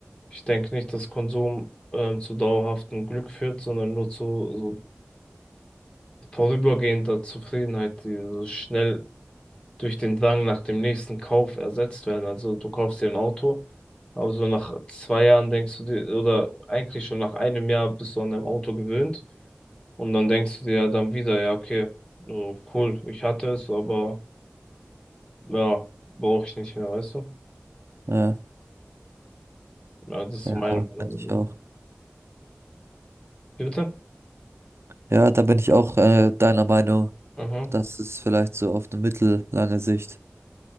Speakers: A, on the left; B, on the right.
A: ich denke nicht, dass Konsum ähm, zu dauerhaftem Glück führt, sondern nur zu so vorübergehender Zufriedenheit, die so schnell durch den Drang nach dem nächsten Kauf ersetzt werden. Also du kaufst dir ein Auto, aber so nach zwei Jahren denkst du dir, oder eigentlich schon nach einem Jahr bist du an deinem Auto gewöhnt und dann denkst du dir ja dann wieder, ja, okay, so cool, ich hatte es, aber ja, brauche ich nicht mehr, weißt du?
B: Ja,
A: Ja, das ist
B: ja,
A: so meine Meinung.
B: kann
A: darüber.
B: ich auch.
A: Wie bitte?
B: Ja, da bin ich auch äh, deiner Meinung,
A: Mhm.
B: dass es vielleicht so auf eine mittellange Sicht